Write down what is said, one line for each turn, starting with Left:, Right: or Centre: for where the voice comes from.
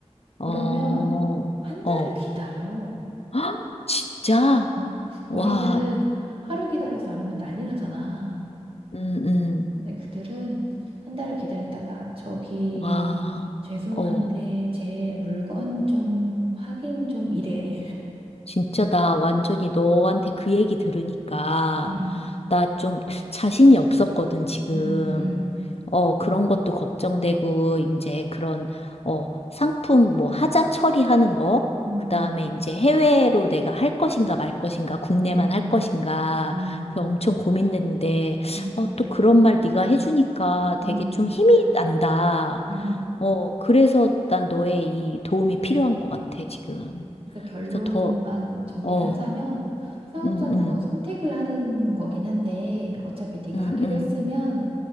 Left: 어,
Right: 그러면 한
Left: 어.
Right: 달을 기다려.
Left: <gasps> 헉, 진짜?
Right: 어,
Left: 와,
Right: 우리는 하루 기다려서 안 오면 난리 나잖아.
Left: 음, 음,
Right: 근데 그들은 한 달을 기다렸다가 저기
Left: 와,
Right: 죄송한데
Left: 어.
Right: 제 물건 좀 확인 좀 이래.
Left: 진짜 나 완전히 너한테 그 얘기 들으니까
Right: 음,
Left: 나 좀 자신이 없었거든, 지금.
Right: 음, 음,
Left: 어, 그런 것도 걱정되고, 이제 그런, 어, 상품 뭐 하자 처리하는 거,
Right: 음,
Left: 그 다음에
Right: 음,
Left: 이제 해외로 내가 할 것인가 말 것인가, 국내만
Right: 음,
Left: 할
Right: 음,
Left: 것인가,
Right: 음,
Left: 그 엄청 고민됐는데,
Right: 음,
Left: 어, 또 그런 말 네가 해주니까 되게
Right: 음,
Left: 좀 힘이 난다.
Right: 음.
Left: 어, 그래서 난 너의 이 도움이 필요한 것 같아, 지금.
Right: 그래서 결론만
Left: 그래서 더,
Right: 정리를
Left: 어,
Right: 하자면 사업자는
Left: 음, 음,
Right: 뭐 선택을 하는 거긴 한데 어차피 네가
Left: 음,
Right: 하기로
Left: 음,
Right: 했으면